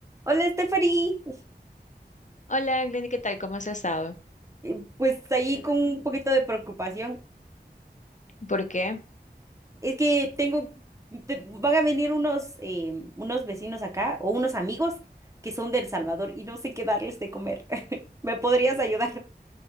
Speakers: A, on the right; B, on the left.
A: Hola, Stephanie.
B: Hola, Glenny, ¿qué tal? ¿Cómo has estado?
A: Eh, Pues ahí con un poquito de preocupación.
B: ¿Por qué?
A: Es que tengo, te- van a venir unos, eh, unos vecinos acá o unos amigos que son de El Salvador y no sé qué darles de comer. <laughs> ¿Me podrías ayudar?